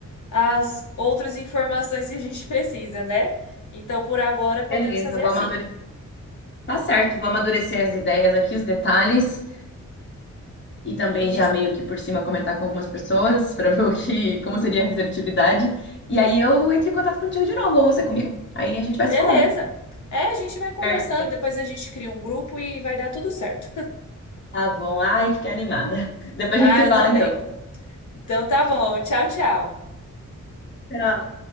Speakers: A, on the left; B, on the left.
A: as outras informações que a gente <laughs> precisa, né? Então, por agora, podemos
B: Beleza,
A: fazer
B: vou
A: assim.
B: amadurecer. Tá certo, vou amadurecer as ideias aqui, os detalhes, e também
A: Isso.
B: já meio que por cima comentar com algumas pessoas para ver o que, como seria a receptividade. E aí eu entro em contato contigo de novo, ou você comigo. Aí a gente vai
A: Beleza.
B: se falando.
A: É, a gente vai conversando,
B: Perfeito.
A: depois a gente cria um grupo e vai dar tudo certo.
B: Tá bom. Ai, fiquei animada. <laughs> Depois
A: Ah,
B: a gente se
A: eu
B: fala
A: também.
B: então.
A: Então tá bom. Tchau, tchau.
B: Tchau.